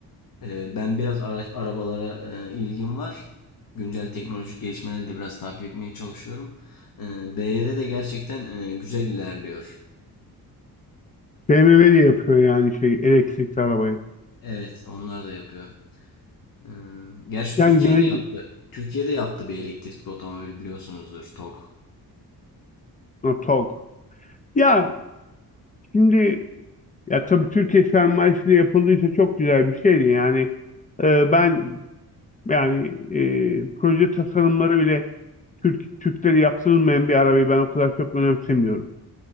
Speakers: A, on the left (about 60°); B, on the left (about 20°).
A: Ee, ben biraz ara- arabalara e, ilgim var. Güncel teknolojik gelişmeleri de biraz takip etmeye çalışıyorum. Ee, BYD de gerçekten e, güzel ilerliyor.
B: BMW de yapıyor yani şey elektrikli arabayı.
A: Evet, onlar da yapıyor. Ee, gerçi Türkiye'de
B: Yani gelecek
A: yaptı. Türkiye'de yaptı bir elektrikli otomobil biliyorsunuzdur, TOG.
B: no, Togg. Ya şimdi ya tabii Türkiye sermayesiyle yapıldıysa çok güzel bir şeydi yani. E, ben yani e, proje tasarımları bile Türk Türkleri yaptırılmayan bir arabayı ben o kadar çok önemsemiyorum.